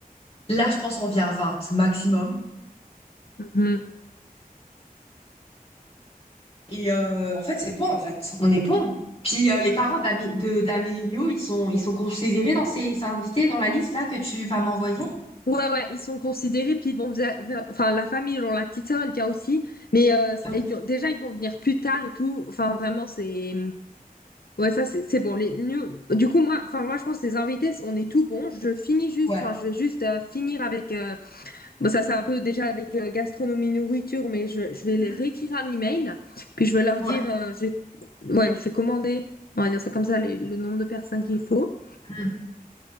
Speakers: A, on the left; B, on the left.
A: Là, je pense on vient à 20 maximum.
B: Mhm.
A: Et euh, en fait, c'est bon, en fait. On est bon. Puis euh, les parents d'Ami- de- d'Amélio, ils sont, ils sont considérés dans ces ces invités, dans la liste là que tu vas m'envoyer?
B: Ouais, ouais, ils sont considérés, puis ils vont vers, vers- enfin, la famille, genre la petite sœur, elle vient aussi, mais euh,
A: Ça me-
B: ils vont- déjà, ils vont venir plus tard et tout, enfin, vraiment, c'est, ouais, ça, c'est c'est bon, les, nous- du coup, moi, enfin, moi, je pense que les invités, on est tout bon, je finis juste,
A: Ouais.
B: enfin, je vais juste euh, finir avec, euh, bon, ça, c'est un peu déjà avec euh, gastronomie, nourriture, mais je, je
A: Mhm.
B: vais les réécrire un email, puis je vais leur
A: Ouais.
B: dire, euh, je, ouais, je vais commander, on va dire ça comme ça, les- le nombre de personnes qu'il faut.
A: Mm.